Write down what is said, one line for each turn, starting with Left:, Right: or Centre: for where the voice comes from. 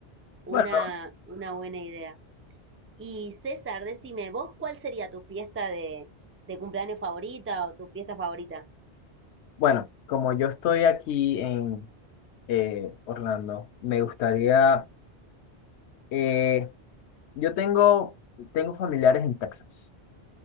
Right: una,
Left: Bueno,
Right: una buena idea. Y César, decime, ¿vos cuál sería tu fiesta de, de cumpleaños favorita o tu fiesta favorita?
Left: bueno, como yo estoy aquí en eh, Orlando, me gustaría... eh, Yo tengo, tengo familiares en Texas.